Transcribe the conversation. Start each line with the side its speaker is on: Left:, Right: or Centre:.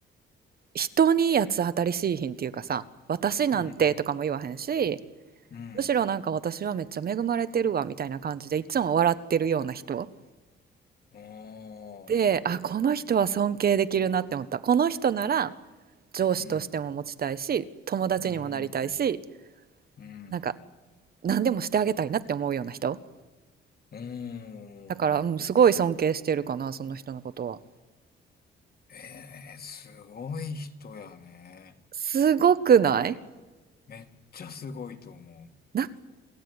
Right: 人に八つ当たりしいひんっていうかさ、私なんてとかも言わへんし、
Left: うん。うん。
Right: むしろなんか私はめっちゃ恵まれてるわみたいな感じで、いつも笑ってるような人。
Left: おー。
Right: で、あ、この人は尊敬できるなって思った。この人なら上司としても持ちたいし、
Left: うん。
Right: 友達にもなりたいし、
Left: うん。うん。
Right: なんか何でもしてあげたいなって思うような人。
Left: うーん。
Right: だから、うん、すごい尊敬してるかな、その人のことは。
Left: ええー、すごい人やね。
Right: すごくない
Left: めっちゃすごいと思
Right: なか